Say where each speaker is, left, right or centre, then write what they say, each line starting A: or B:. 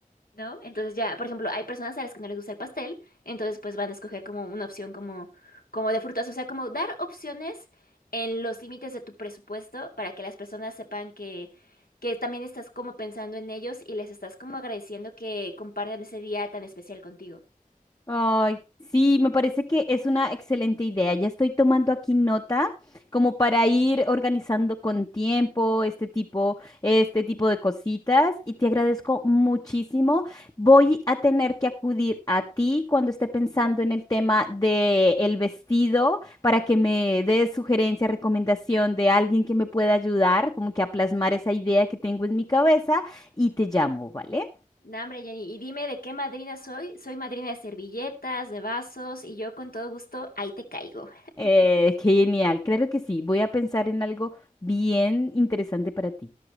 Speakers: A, on the left; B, on the left.
A: ¿no? Entonces ya, por ejemplo, hay personas a las que no les gusta el pastel, entonces pues van a escoger como una opción como, como de frutas, o sea, como dar opciones en los límites de tu presupuesto para que las personas sepan que, que también estás como pensando en ellos y les estás como agradeciendo que compartan ese día tan especial contigo.
B: Ay, sí, me parece que es una excelente idea. Ya estoy tomando aquí nota como para ir organizando con tiempo este tipo, este tipo de cositas y te agradezco muchísimo. Voy a tener que acudir a ti cuando esté pensando en el tema de el vestido para que me des sugerencia, recomendación de alguien que me pueda ayudar, como que a plasmar esa idea que tengo en mi cabeza y te llamo, ¿vale?
A: No, hombre, Jenny, y dime de qué madrina soy. Soy madrina de servilletas, de vasos, y yo con todo gusto ahí te caigo.
B: Eh, genial, claro que sí. Voy a pensar en algo bien interesante para ti.